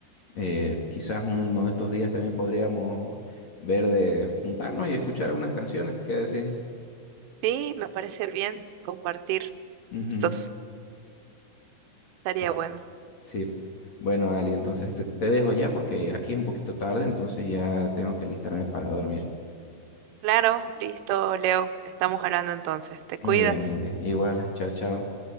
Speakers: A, on the left; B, on the right.
A: Eh, quizás uno de estos días también podríamos ver de juntarnos y escuchar algunas canciones. ¿Qué decís?
B: Sí, me parece bien compartir
A: Ujú.
B: estos. Estaría
A: Esto-
B: bueno.
A: Sí. Bueno, Ali, entonces te, te dejo ya porque aquí es un poquito tarde, entonces ya tengo que alistarme para dormir.
B: Claro, listo, Leo. Estamos hablando entonces. Te
A: Muy
B: cuidas.
A: bien, Ale. Igual, chao, chao.